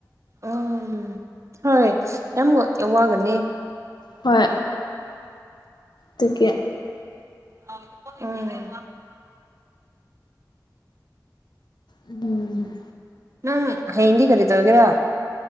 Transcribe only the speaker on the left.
ꯍꯣꯏ ꯇꯀꯦ
ꯎꯝ